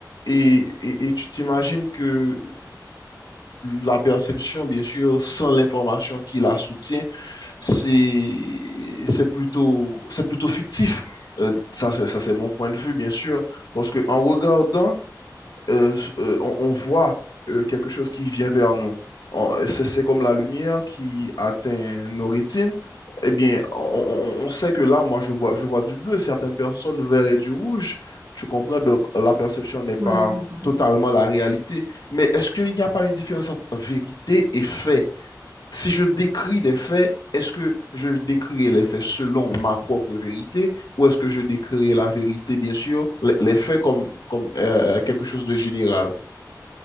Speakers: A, on the left; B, on the right.
A: Et, et, et tu t'imagines que la perception, bien sûr, sans l'information qui la soutient, c'est, c'est plutôt, c'est plutôt fictif. Euh, ça, c'est, ça, c'est mon point de vue, bien sûr. Parce que en regardant, euh, euh, on, on voit euh, quelque chose qui vient vers nous. On- C'est c'est comme la lumière qui atteint nos rétines. Eh bien, on, on- on sait que là, moi, je vois, je vois du bleu. Certaines personnes verraient du rouge. Je comprends, donc la perception n'est pas
B: Voilà, je comprends.
A: totalement la réalité. Mais est-ce qu'il n'y a pas une différence entre vérité et fait? Si je décris des faits, est-ce que je décrirai les faits selon ma propre vérité ou est-ce que je décrirai la vérité, bien sûr, les, les faits comme, comme euh, quelque chose de général?